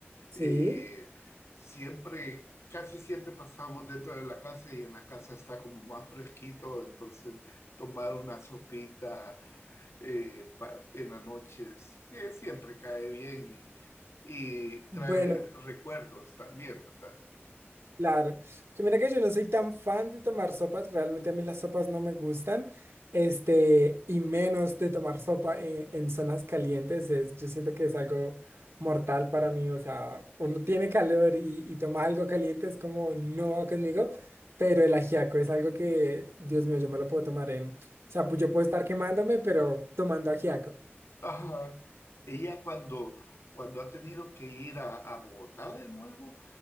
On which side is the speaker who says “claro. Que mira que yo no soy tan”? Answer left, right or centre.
Right